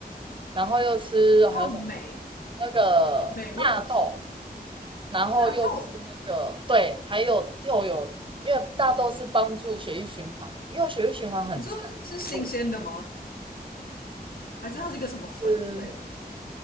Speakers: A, on the right; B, on the left.
A: 然后又吃还有什么
B: 哦，镁
A: 那个纳豆，
B: 镁我有吃，
A: 然后又吃那个对，
B: 纳豆，
A: 还有又有因为大豆是帮助血液循环，因为我血液循环很差。
B: 你说是新鲜的吗？
A: 我
B: 还是它是一个什么粉之类的？
A: 是